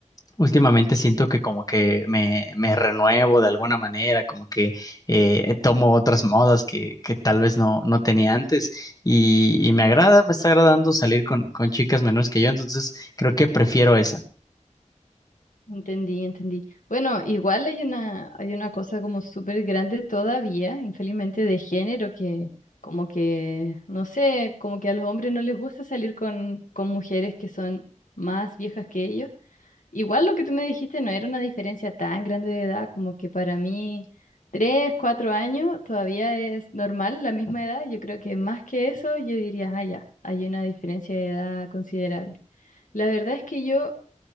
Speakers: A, on the left; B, on the left.
A: últimamente siento que como que me, me renuevo de alguna manera, como que eh, tomo otras modas que, que tal vez no, no tenía antes. Y, y me agrada, me está agradando salir con, con chicas menores que yo, entonces creo que prefiero esa.
B: Entendí, entendí. Bueno, igual hay una, hay una cosa como súper grande todavía, infelizmente, de género que como que, no sé, como que a los hombres no les gusta salir con, con mujeres que son más viejas que ellos. Igual lo que tú me dijiste no era una diferencia tan grande de edad, como que para mí tres, cuatro años todavía es normal la misma edad. Yo creo que más que eso, yo diría, ah, ya, hay una diferencia de edad considerable. La verdad es que yo